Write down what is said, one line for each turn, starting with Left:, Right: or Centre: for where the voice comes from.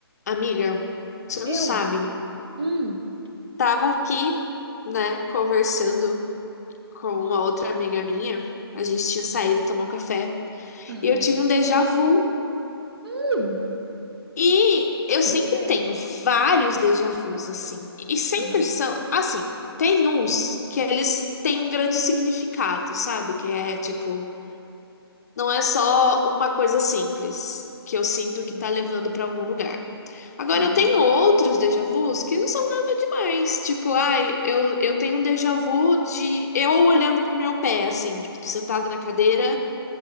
Left: Amiga, você
Right: Eu?
Left: não sabe.
Right: Hum,
Left: Tava aqui, né, conversando com uma outra amiga minha. A gente tinha saído tomar um café.
Right: aham.
Left: E eu tive um déjà vu.
Right: Hum,
Left: E eu sempre
Right: de quê?
Left: tenho vários déjà vus, assim. E sempre
Right: Aham,
Left: são, assim, tem uns que eles têm um grande significado, sabe? Que é tipo. Não é só uma coisa simples que eu sinto
Right: sei.
Left: que tá levando pra algum lugar. Agora,
Right: Aham.
Left: eu tenho outros déjà vus que não são nada demais. Tipo, ai, eu, eu tenho um déjà vu de eu olhando pro meu pé, assim, tipo, tô sentada na cadeira,